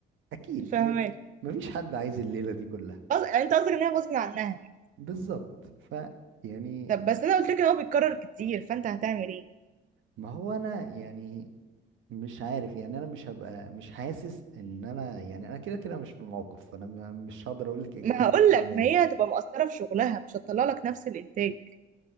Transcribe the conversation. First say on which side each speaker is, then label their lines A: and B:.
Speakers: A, on the right (about 80°); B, on the right (about 40°).
A: اكيد
B: فاهماك
A: دي مفيش حد عايز الليله دي كلها
B: قص- يعني انت قصدك ان هي غصب عنها يعني.
A: بالظبط ف يعني
B: طب بس انا قلت لك ان هو بيتكرر كتير فانت هتعمل ايه
A: ما هو انا يعني مش عارف يعني انا مش هبقى مش حاسس ان انا يعني انا كده كده مش في الموقف فانا م- مش هقدر اقول لك اجابه
B: ما هقول
A: 100%
B: لك ما هي هتبقى مقصره في شغلها مش هتطلع لك نفس الانتاج